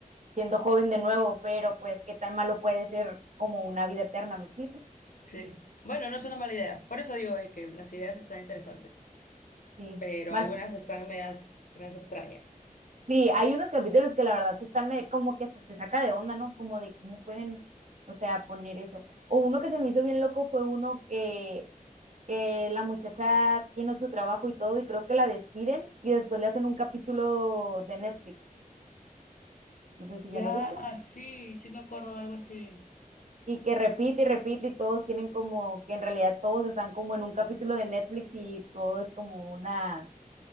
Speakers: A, on the right; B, on the left.
A: siendo joven de nuevo, pero pues qué tan malo puede ser como una vida eterna, ¿me explico?
B: Sí. Bueno, no es una mala idea. Por eso digo, eh, que las ideas están interesantes,
A: Sí,
B: pero
A: más.
B: algunas están medias, medias extrañas.
A: Sí, hay unos capítulos que la verdad sí están me- como que hasta te saca de onda, ¿no? Como de cómo pueden, o sea, poner eso. O uno que se me hizo bien loco fue uno que que la muchacha tiene su trabajo y todo, y creo que la despiden y después le hacen un capítulo de Netflix. No sé si ya
B: Ya,
A: lo viste.
B: sí, sí me acuerdo de algo así.
A: Y que repite y repite y todos tienen como que en realidad todos están como en un capítulo de Netflix y todo es como una,